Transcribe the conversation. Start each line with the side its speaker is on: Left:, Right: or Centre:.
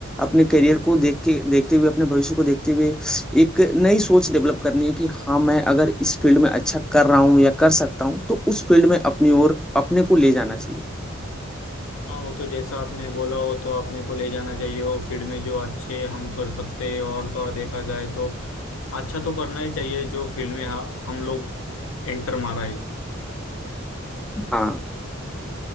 Centre: अपने करियर को देख के देखते हुए अपने भविष्य को देखते हुए एक नई सोच डेवलप करनी है कि हाँ मैं अगर इस फील्ड में अच्छा कर रहा हूँ या कर सकता हूँ तो उस फील्ड में अपनी ओर अपने को ले जाना चाहिए
Left: हाँ वो तो जैसा आपने बोला हो तो आपने को ले जाना चाहिए वो फील्ड में जो अच्छे हम कर सकते हैं और तो और देखा जाए तो अच्छा तो करना ही चाहिए जो फील्ड में हा- हम लोग एंटर मारा है
Centre: हाँ